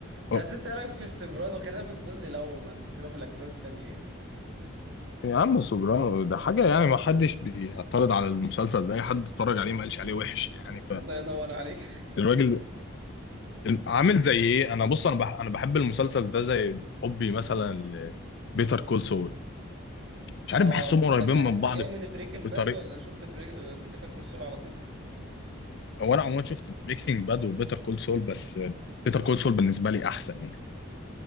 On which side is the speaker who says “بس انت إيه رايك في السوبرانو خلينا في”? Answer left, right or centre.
Right